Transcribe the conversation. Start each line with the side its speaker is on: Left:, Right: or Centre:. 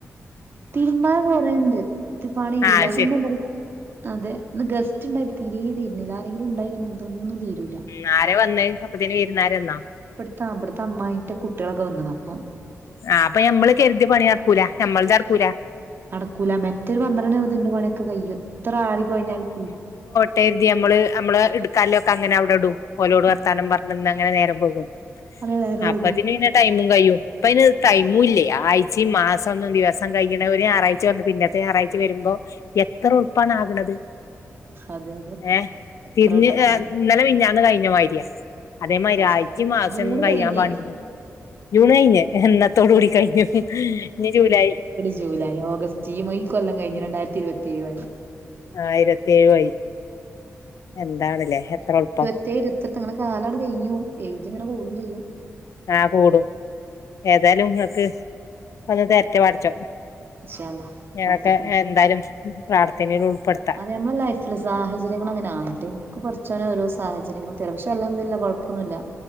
Right: തീരുമ്പാന് കൊറെണ്ട് ഇത് പണിരൂല
Left: ആഹ്
Right: പക്ഷേ
Left: ശരി
Right: ഇന്ന് എന്താറിയൊ അതെ ഇന്ന് ഗസ്റ്റ്ണ്ടായിട്ട് തീരേ തീരുന്നില്ല അരെങ്കിലും ഉണ്ടായാ പിന്നെ ഇതൊന്നും തീരൂല്ല
Left: മ്മ് ആര വന്നേ അപ്പത്തേന് വിരുന്നുകാരന്നോ
Right: ഇപ്പടുത്തെ ഇബ്ടുത്തെ അമ്മായീന്റെ കുട്ടികളൊക്കെ വന്ന്ണ് അപ്പം
Left: ആഹ് അപ്പ ഞമ്മള് കെരുതിയ പണി നടക്കൂല ഞമ്മൾതടക്കൂല
Right: നടക്കൂല മെറ്റൊരു പന്ത്രണ്ട് <unintelligible> ൻ്റെ പണിയൊക്കെ കയ്യും എത്ര ആടി കൊയഞ്ഞാലും തീരും
Left: ടെരുതി അമ്മള് അമ്മള് എടുക്കാന്ള്ളൊക്കെ അങ്ങനെ അവിടെടും ഓലോട് വർത്താനം
Right: അതെ
Left: പറഞ്ഞ്ന്ന്ങ്ങനെ നേരം പോകും
Right: അതെ നേരം വൈകും
Left: അപ്പത്തിന് ന്നെ ടൈമും കയും ഇപ്പയ്ന്
Right: ഉം
Left: ടൈമും ഇല്ലേ ആഴ്ചയും മാസന്നും ദിവസം കഴിയണവ ഒരു ഞായറാഴ്ചയ വന്നു പിന്നത്തെ ഞായറാഴ്ച്ച ച്ച വരുമ്പോ എത്ര ഉർപ്പാണ് ആക്ണത്
Right: അതെ അതെ
Left: ഏഹ്
Right: എത്ര
Left: തിരിഞ്ഞ്
Right: വട്ടംന്നാണ്
Left: ഏ ഇന്നലെ മിഞ്ഞാന്ന് കയ്ഞ്ഞ മാതിരിയാ അതേമാതിരി
Right: സത്യം
Left: ആഴ്ചയും മാസൊന്നും
Right: ജൂൺ
Left: കഴിയാൻ
Right: കഴിഞ്ഞ്
Left: പാടില്ല ജൂണ് കയ്ഞ്ഞ്ല്ലേ ഇന്ന ത്തോട് കൂടി കയ്ഞ്ഞു ഇനി ജൂലായി
Right: ജൂലായ് ഓഗസ്റ്റ് ഈ മൈ കൊല്ലം കഴിഞ്ഞു രണ്ടായിരത്തി ഇരുപത്തേഴുവായി
Left: ആഹ് ഇരുപത്തിയേഴുവായി എന്താണ്ല്ലേ എത്രെളുപ്പം
Right: ഇരുത്തേഴ് ഇരുത്തെട്ട് ങ്ങനെ കാലാട് കഴിഞ്ഞു പോം ഏജ് ഇങ്ങനെ കൂടും ചെയ്യും
Left: ആഹ് കൂടും ഏതായാലും ങ്ങക്ക് ഒന്ന് തേരറ്റ് പടച്ചോ
Right: ഇൻഷാ അല്ലാഹ്
Left: ഞാക്കെ
Right: പ്രാർത്ഥിക്കണ്ട്
Left: എന്തായാലും പ്രാർത്ഥനേല് ഉൾപ്പെടു
Right: അതേമ്മള് ലൈഫ് ഫില് സാഹചര്യങ്ങളങ്ങനായിട്ട് എനിക്ക് പടച്ചോന് ഓരോ സാഹചര്യങ്ങൾ തരാ പക്ഷേ അൽഹം ദുല്ല കൊഴപ്പൊന്നുല്ല